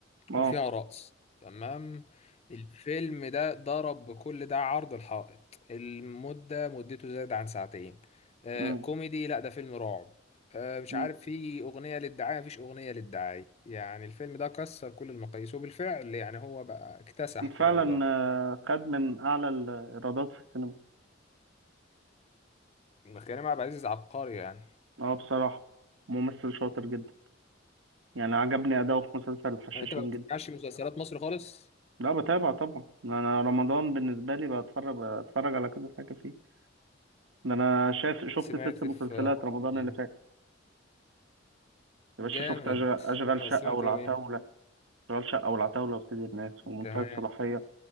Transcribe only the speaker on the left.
وفيها رقص تمام الفيلم ده ضرب بكل ده عرض الحائط المدة مدته زاد عن ساعتين آه
كوميدي لا ده فيلم رعب آه مش
عارف في اغنية للدعاية مفيش اغنية للدعاية يعني الفيلم ده كسر كل المقاييس وبالفعل يعني هو بقى اكتسح في
الايرادات
ما كريم عبد العزيز عبقري يعني
يعني انت ما بتسمعش
مسلسلات مصر خالص
سمعت
في رمضان
ايه
جامد
آه،
سمعت
هو ايه
تمام